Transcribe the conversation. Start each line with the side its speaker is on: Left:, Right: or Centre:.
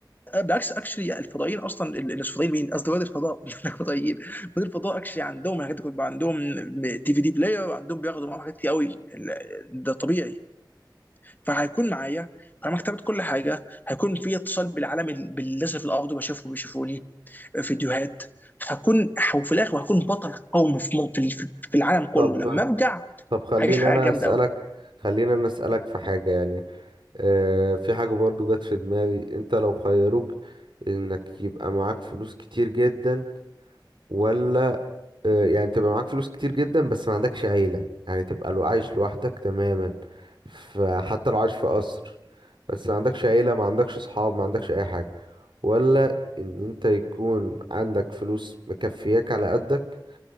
Left: آه، بالعكس اكشلي الفضائيين اصلا ال- مش فضائيين مين قصدي رواد الفضاء <laughs> مش هناك فضائيين رواد الفضاء اكشلي عندهم الحاجات دي كلها، بيبقى عندهم دي في دي بلاير عندهم بياخدوا معاهم حاجات كتير قوي ال- ده طبيعي فهيكون معايا انا مكتبه كل حاجه هيكون في اتصال بالعالم ال- بالناس اللي في الارض بشوفهم بيشوفوني فيديوهات هكون ح- وفي الاخر هكون بطل قومي في م- في ال- في العالم كله
Right: طب
Left: لما ارجع
Right: طب خليني
Left: هعيش حياه
Right: انا
Left: جامده
Right: اسالك
Left: قوي
Right: خليني انا اسالك في حاجه يعني آه في حاجه برضو جت في دماغي انت لو خيروك انك يبقى معاك فلوس كتير جدا ولا آه، يعني تبقى معاك فلوس كتير جدا بس ما عندكش عيلة يعني تبقى لو عايش لوحدك تماما فحتى لو عايش في قصر بس ما عندكش عيلة ما عندكش صحاب ما عندكش اي حاجة ولا ان انت يكون عندك فلوس مكفياك على قدك